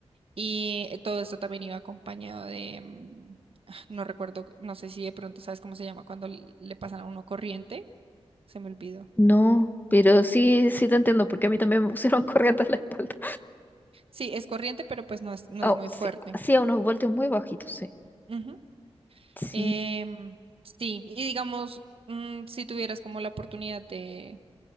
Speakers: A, on the right; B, on the left.
A: Y eh, todo esto también iba acompañado de, em, <sighs> no recuerdo, no sé si de pronto sabes cómo se llama cuando l- le pasan a uno corriente. Se me olvidó.
B: No, pero sí, sí te entiendo, porque a mí también me pusieron <laughs> corriente en la espalda.
A: Sí, es corriente, pero pues no es, no
B: Oh,
A: es muy
B: sí,
A: fuerte.
B: hacía unos voltios muy bajitos, sí.
A: Ujú.
B: Sí,
A: Em, sí, y digamos, mm, si tuvieras como la oportunidad de,